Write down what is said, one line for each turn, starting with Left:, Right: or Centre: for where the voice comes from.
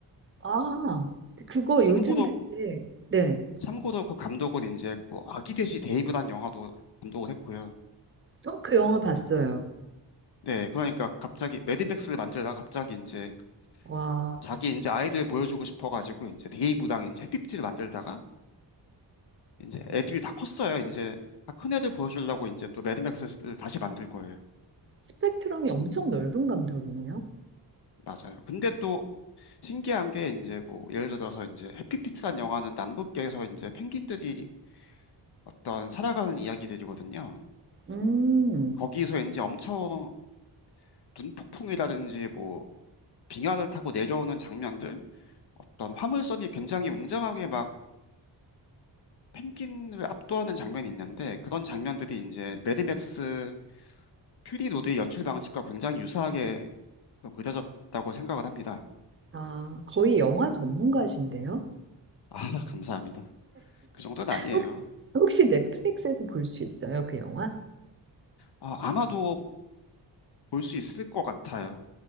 Right: 아, 그거
Left: 참고로
Right: 요즘 되게, 네.
Left: 참고로 그 감독은 이제 뭐 아기 돼지 데이브란 영화도 감독을 했고요.
Right: 어, 그 영화 봤어요.
Left: 네, 그러니까 갑자기 매드맥스를 만들다가 갑자기 이제
Right: 와,
Left: 자기 이제 아이들 보여주고 싶어가지고 이제 데이브랑 이제 해피피트를 만들다가 이제 애들이 다 컸어요. 이제 다 큰 애들 보여주려고 이제 또 매드맥스를 다시 만들 거예요.
Right: 스펙트럼이 엄청 넓은 감독이네요.
Left: 맞아요. 근데 또 신기한 게 이제 뭐 예를 들어서 이제 해피피트란 영화는 남극계에서 이제 펭귄들이 어떤 살아가는 이야기들이거든요.
Right: 음,
Left: 거기서 이제 엄청 눈폭풍이라든지 뭐 빙하를 타고 내려오는 장면들, 어떤 화물선이 굉장히 웅장하게 막 펭귄을 압도하는 장면이 있는데 그런 장면들이 이제 매드맥스 퓨리 로드의 연출 방식과 굉장히 유사하게 좀 그려졌다고 생각을 합니다.
Right: 아, 거의 영화 전문가신데요.
Left: 아, <laughs> 감사합니다. 그 정도는 아니에요.
Right: 혹- 혹시 넷플릭스에서 볼 수 있어요, 그 영화?
Left: 아, 아마도 볼 수 있을 것 같아요.